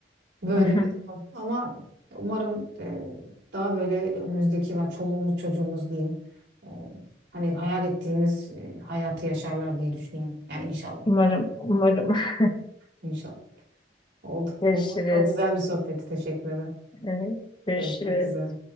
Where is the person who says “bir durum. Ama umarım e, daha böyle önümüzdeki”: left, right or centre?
Right